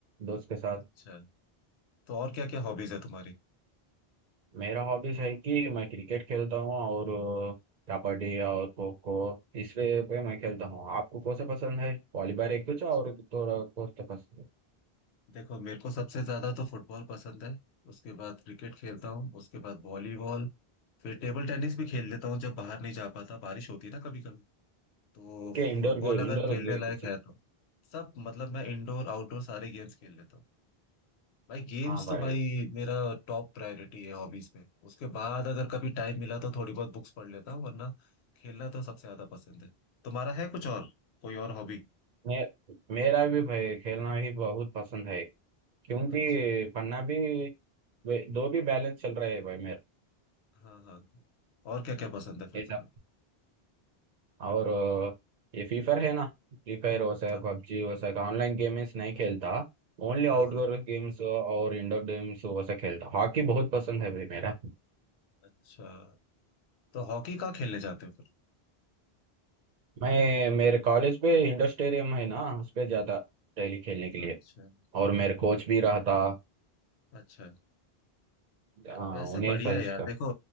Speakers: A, on the right; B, on the left.
A: दोस्त के साथ
B: अच्छा तो और क्या क्या हॉबीज है तुम्हारी
A: मेरा हॉबीज है कि मैं क्रिकेट खेलता हूँ और अ, कबड्डी और खो खो इस वे पे मैं खेलता हूँ आपको कौन सा पसंद है वॉलीबॉल एक कुछ
B: अच्छा
A: और थोड़ा कौन सा पसंद है
B: देखो मेरे को सबसे ज्यादा तो फुटबॉल पसंद है उसके बाद क्रिकेट खेलता हूँ उसके बाद वॉलीबॉल फिर टेबल टेनिस भी खेल लेता हूँ जब बाहर नहीं जा पाता बारिश होती है ना कभी कभी तो
A: के इंडोर
B: फुटबॉल
A: इंडोर
B: अगर खेलने
A: गेम्स
B: लायक है तो सब मतलब मैं इंडोर आउटडोर सारे गेम्स खेल लेता हूँ भाई गेम्स
A: हाँ भाई
B: तो भाई मेरा टॉप प्रायोरिटी है हॉबीज में उसके बाद अगर कभी टाइम मिला तो थोड़ी बहुत बुक्स पढ़ लेता हूँ वरना खेलना तो सबसे ज्यादा पसंद है तुम्हारा है कुछ और कोई और हॉबी
A: मे, मेरा भी भाई खेलना ही बहुत पसंद है क्योंकि
B: अच्छा
A: पन्ना भी वे- दो भी बैलेंस चल रहा है भाई
B: हाँ हाँ और क्या क्या पसंद है फिर
A: मेरा
B: तुम्हें
A: और अ, ये फ्री फायर है ना फ्री फायर हो सके
B: हाँ
A: पबजी हो सके ऑनलाइन गेम्स नहीं खेलता ओनली
B: हाँ
A: आउटडोर
B: हाँ,
A: गेम्स और इंडोर गेम्स वो सब खेलता हॉकी बहुत पसंद है भाई मेरा हम्म।
B: अच्छा तो हॉकी कहाँ खेलने जाते हो फिर
A: मैं मेरे कॉलेज पे इंडोर स्टेडियम है ना उस पे जाता डेली खेलने के लिए
B: अच्छा
A: और मेरे कोच भी रहा था
B: अच्छा वै-
A: हाँ,
B: वैसे
A: उन्हें
B: बढ़िया
A: सजेस्ट
B: है यार
A: कर
B: देखो